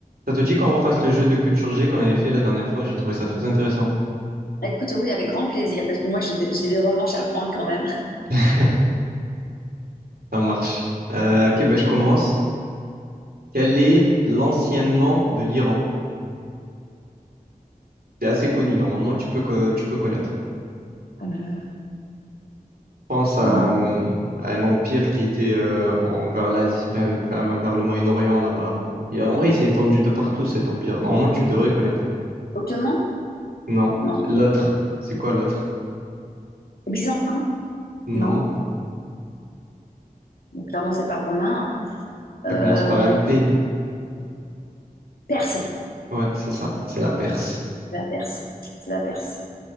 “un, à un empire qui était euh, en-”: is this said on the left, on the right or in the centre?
Right